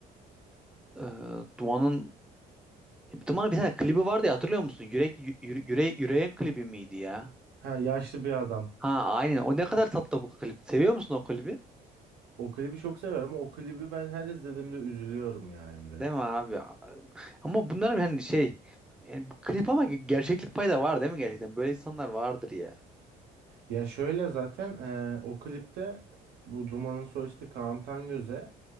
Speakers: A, in the centre; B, on the right (about 75°).
A: Ee, Duman'ın Duman'ın bir tane klibi vardı ya hatırlıyor musun? Yürek yü- yüre, yüreğin klibi miydi ya?
B: Ha, yaşlı bir adam.
A: Ha aynen. O ne kadar tatlı bu klip. Seviyor musun o klibi?
B: O klibi çok severim. O klibi ben her izlediğimde üzülüyorum ya Emre.
A: Değil mi abi? Ama bunların hani şey yani klip ama gerçeklik payı da var değil mi gerçekten? Böyle insanlar vardır ya.
B: Ya şöyle zaten eee, o klipte bu Duman'ın solisti Kaan Tangöze